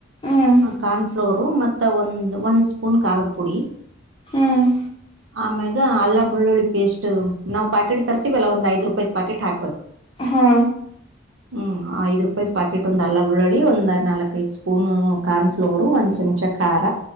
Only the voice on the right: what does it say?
ಕಾರ್ನ್ಫ್ಲೋರು ಮತ್ತು ಒಂದ್ ಒಂದು ಸ್ಪೂನ್ ಖಾರದ ಪುಡಿ.
ಆಮ್ಯಾಗ ಅಲ್ಲ ಬೆಳ್ಳುಳ್ಳಿ ಪೇಸ್ಟ್ ನಾವು ಪ್ಯಾಕೆಟ್ ತರ್ತಿವಿಲ್ಲ ಒಂದು ಐದು ರೂಪಾಯದು ಪಾಕೆಟ್ ಹಾಕ್ಬೇಕು.
ಹ್ಮ್ ಐದ್ ರೂಪಾಯಿ್ ಪಾಕೆಟ್ ಒಂದ್ ಅಲ್ಲ ಬೆಳ್ಳುಳ್ಳಿ ಒಂದ್ ನಾಲ್ಕೈದು ಸ್ಪೂನ್ ಕಾರ್ನ್ಫ್ಲೋರ್ ಒಂದ್ ಚಮ್ <unintelligible> ಚ ಖಾರ